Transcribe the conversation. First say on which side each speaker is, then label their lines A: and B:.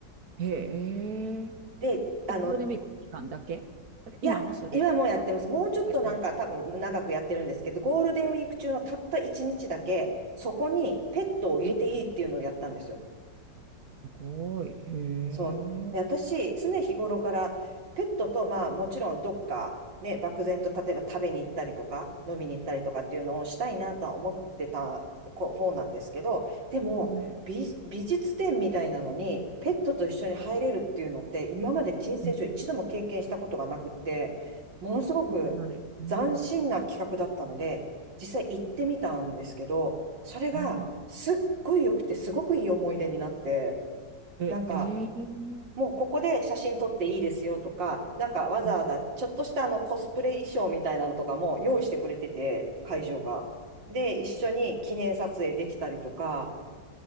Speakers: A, on the right; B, on the right.
A: へえ。
B: で、あの、
A: え、ゴールデンウィーク期間だけ今もそれは、
B: いや、今もうやってます。もうちょっとなんか多分長くやってるんですけど、
A: あ、やってない。
B: ゴールデンウィーク中のたった1日だけ、そこにペットを入れていいっていうのをやったんですよ。
A: ペット。すごい。へえ。
B: そう。で、私、常日頃からペットと、まあ、もちろんどっか、ね、漠然と例えば食べに行ったりとか、飲みに行ったりとかっていうのをしたいなとは思ってたこ方なんですけど、でも、
A: うん、
B: 美、美術展みたいなのに、ペットと一緒に入れるっていうのって、今まで人生上一度も経験したことがなくって、
A: うん、
B: ものすごく斬新な企画だったので、
A: ことない。うん、
B: 実際行ってみたんですけど、それがすっごい良くて、
A: うん。
B: すごくいい思い出になって、
A: え、
B: なんか、
A: えー
B: もうここで写真撮っていいですよとか、なんかわざわざちょっとしたあのコスプレ衣装みたいなのとかも用意してくれてて、
A: うん
B: 会場が。で、一緒に記念撮影できたりとか、